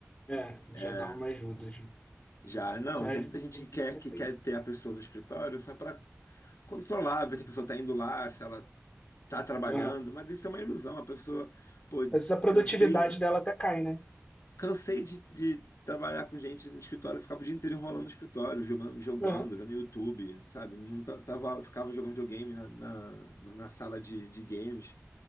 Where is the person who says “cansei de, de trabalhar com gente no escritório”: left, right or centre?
Left